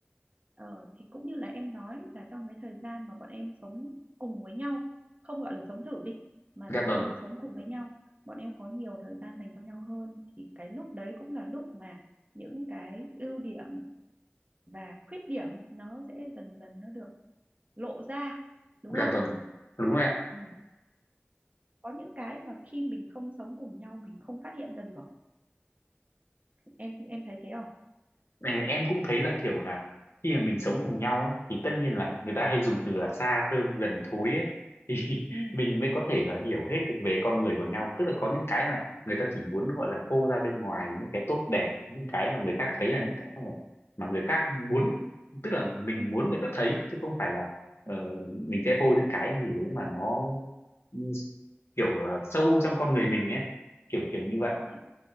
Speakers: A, on the right (about 35°); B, on the left (about 80°).
A: Ờ, thì cũng như là em nói là trong cái thời gian mà bọn em sống cùng với nhau không gọi là sống thử đi mà
B: dạ
A: là bọn
B: vâng
A: em sống cùng với nhau bọn em có nhiều thời gian dành cho nhau hơn thì cái lúc đấy cũng là lúc mà những cái ưu điểm và khuyết điểm nó sẽ dần dần nó được lộ ra đúng
B: Dạ
A: không
B: vâng, đúng rồi ạ.
A: ừ. có những cái mà khi mình không sống cùng nhau mình không phát hiện ra được em em thấy thế không
B: Ừ, Em cũng thấy là kiểu là khi mà mình sống cùng nhau ấy thì tất nhiên là người ta hay dùng từ là xa thơm gần thối ấy <laughs> thì
A: ừ
B: mình mới có thể là hiểu hết được về con người của nhau. Tức là có những cái mà người ta chỉ muốn gọi là phô ra bên ngoài những cái tốt đẹp, những cái mà người khác
A: đúng
B: thấy
A: rồi
B: là những cái mà, mà người khác muốn, tức là mình
A: ừ,
B: muốn người ta thấy chứ không phải là ờ,
A: ừ
B: mình sẽ phô những cái gì đấy mà nó ừ, kiểu ờ, sâu trong con người mình ấy, kiểu kiểu như
A: đúng
B: vậy.
A: rồi